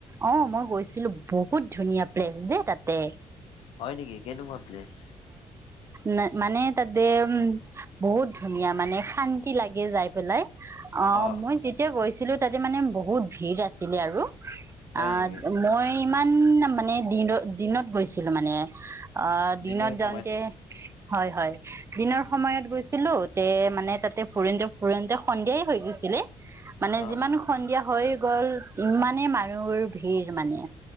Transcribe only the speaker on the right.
অহ', মই গৈছিলো বহুত ধুনীয়া প্লেচ দেই তাতে।
ন, মানে তাতে উম', বহুত ধুনীয়া মানে শান্তি লাগে যাই পেলাই। অহ',
মই যেতিয়া গৈছো। ছিলো তাতে মানে বহুত ভিৰ আছিলে আৰু।
আহ',
মই ইমান মানে দিনত - দিনত গৈছিলো মানে। অহ ',
দিনত
যাওঁতে
হয় -হয় দিনৰ সময়ত গৈছিলো তে মানে তাতে ফুৰিনতে-ফুৰিনতে সন্ধিয়াই হৈ গৈছিলে। মানে
যিমান সন্ধিয়া হৈ গ'ল ইমান। মানে মানুহ ভিৰ মানে।